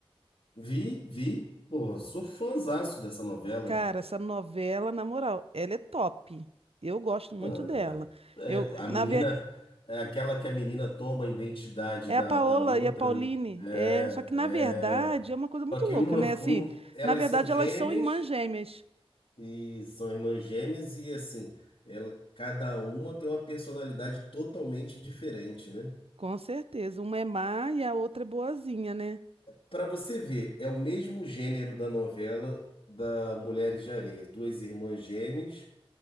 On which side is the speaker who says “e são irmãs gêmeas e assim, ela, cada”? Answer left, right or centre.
Left